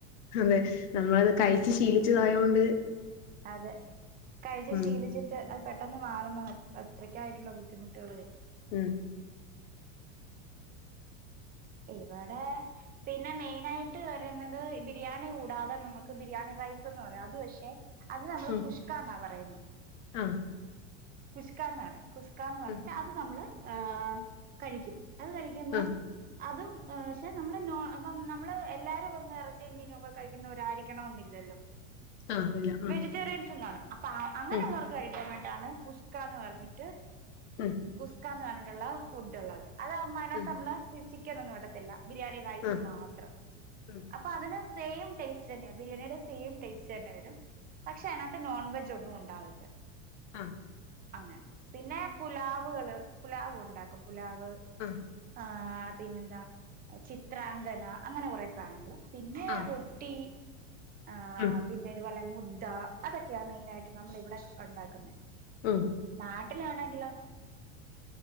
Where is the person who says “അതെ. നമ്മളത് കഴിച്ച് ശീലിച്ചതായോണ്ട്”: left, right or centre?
Left